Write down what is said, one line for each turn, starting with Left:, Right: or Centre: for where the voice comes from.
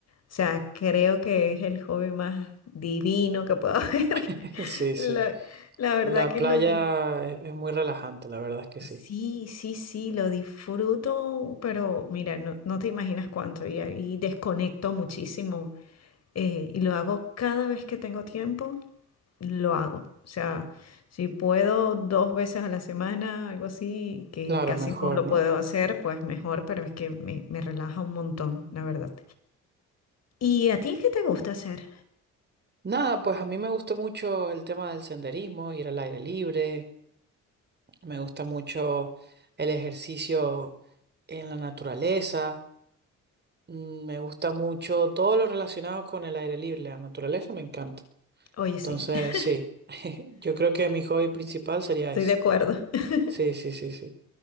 Left: o sea, creo que es el hobby más divino que puedo <laughs> haber.
Right: <laughs> Sí, sí.
Left: La, la verdad
Right: La
Left: que
Right: playa
Left: lo, di-
Right: es es muy relajante, la verdad es que
Left: Sí,
Right: sí.
Left: sí, sí, lo disfruto, pero mira, no, no te imaginas cuánto y ahí desconecto muchísimo eh, y lo hago cada vez que tengo tiempo, lo hago. O sea, si puedo dos veces a la semana, algo así, que
Right: Claro,
Left: casi
Right: mejor,
Left: no lo
Right: ¿no?
Left: puedo hacer, pues mejor, pero es que me, me relaja un montón, la verdad. ¿Y a ti qué te gusta hacer?
Right: Nada, pues a mí me gusta mucho el tema del senderismo, ir al aire libre, me gusta mucho el ejercicio en la naturaleza, mm, me gusta mucho todo lo relacionado con el aire libre, la naturaleza me encanta.
Left: Oye,
Right: Entonces,
Left: sí, <laughs>
Right: sí, <laughs> yo creo que mi hobby principal sería
Left: estoy
Right: ese.
Left: de acuerdo. <laughs>
Right: Sí, sí, sí, sí.